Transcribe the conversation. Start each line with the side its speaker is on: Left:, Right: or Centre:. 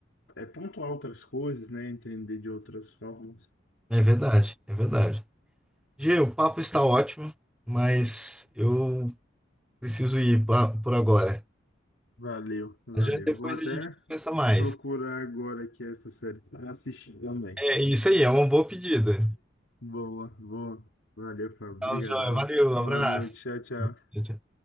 Left: é, pontuar outras coisas, né, entender de outras formas.
Centre: é verdade, é verdade. Gê, o papo está ótimo, mas eu preciso ir pa- por agora.
Left: Valeu, valeu.
Centre: Já depois
Left: Vou até
Centre: a gente conversa mais.
Left: procurar agora aqui essa série para assistir também.
Centre: É isso aí, é uma boa pedida.
Left: Boa, boa. Valeu, Fábio.
Centre: Tchau,
Left: Obrigadão.
Centre: joia. Valeu,
Left: Boa
Centre: abraço.
Left: noite. Tchau, tchau.
Centre: Tchau, tchau.